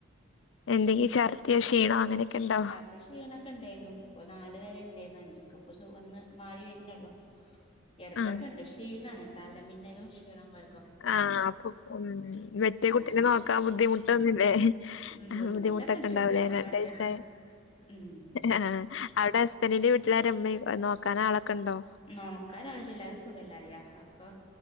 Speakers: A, on the left; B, on the left.
A: എന്തെങ്കി ചർദ്യോ ക്ഷീണോ അങ്ങനെക്കെണ്ടോ
B: ദി ക്ഷീണൊക്കെ ഇണ്ടായിരുന്നു ഇപ്പൊ നാല് വരെ ഇണ്ടായിരുന്നു അഞ്ചക്കെ ഇപ്പൊ ഒന്ന് മാറി വര്ണോളു എടക്കൊക്കെണ്ട്
A: ആ
B: ക്ഷീണാണ് തലമിന്നലും ക്ഷീണ കൊയക്ക്
A: ആഹ്അപ്പൊ ഉം മെറ്റേ
B: രാവിലെ
A: കുട്ടിനെ നോക്കാൻ ബുദ്ധിമുട്ടൊന്നുല്ലേ
B: ഉം
A: ആ ബുദ്ധിമുട്ടൊക്കെ
B: ഉണ്ട്
A: ഉണ്ടാവുലേ
B: എന്താപ്പ
A: രണ്ടയ്സ്
B: കാട്ടാ
A: ആയ
B: ഉം
A: ആ അവിടെ ബന്റ്റിന്റെ വീട്ടിലാരാഉമ്മീം നോക്കാൻ ആളൊക്കെ ഉണ്ടോ
B: നോക്കാൻ <unintelligible> എല്ലാരും സുഖല്ലായ ക്കെ